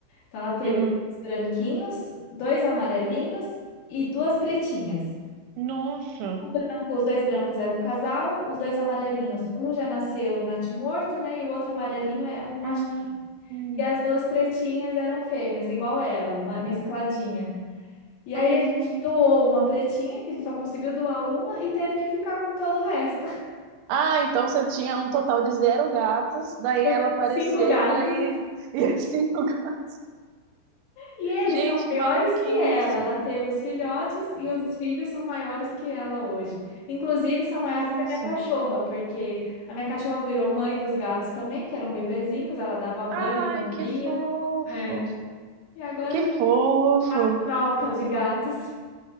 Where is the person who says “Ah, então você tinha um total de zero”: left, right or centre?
Right